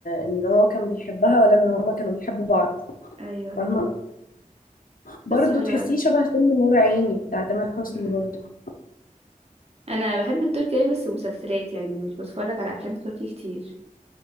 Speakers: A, on the left; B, on the right.
A: ان هو كان بيحبها ولا ان هما كانوا بيحبوا بعض
B: ايوه
A: فاهمة
B: ايوه
A: برضه
B: قصة حلوة
A: تحسيه
B: قوي
A: شبه فيلم نور عيني بتاع تامر حسني
B: <laughs>
A: برضه
B: انا بحب التركي أوي بس مسلسلات يعني مش بتفرج على افلام تركي كتير